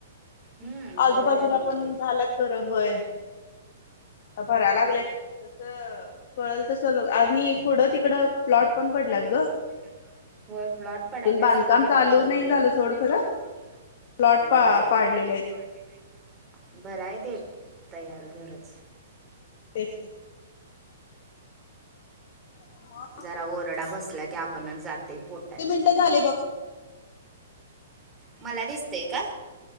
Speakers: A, on the right; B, on the left.
A: हम्म
B: आजूबाजूला
A: बरं झाले गे
B: पण
A: बाई
B: झाल्यात घरं होय. आता भराय लागले. तसं कळल तसं लोक आणि पुढं
A: आणि
B: तिकडं
A: पुढं
B: प्लॉट
A: तिकडं
B: पण पडल्यात
A: प्लॉट
B: ग
A: पण पडल्यात ग, होय प्लॉट पडायलय
B: अजून बांधकाम
A: सोड तिकडे
B: चालू
A: भरपूर
B: नाही झालं
A: आहेत, बांधकाम
B: सोड खरं
A: चालू नाय झालं सोड खरं.
B: प्लॉट
A: हम्म,
B: पा
A: प्लॉट
B: पाडलेले
A: पा
B: आहेत
A: पाडलेले हायत, बर काय ते, तयार घरच
B: तेच कि. मग
A: जरा ओरडा बसला की आपणच जाते. पोटात
B: किती मिनिटं झाले बघ.
A: मला दिसतेय का?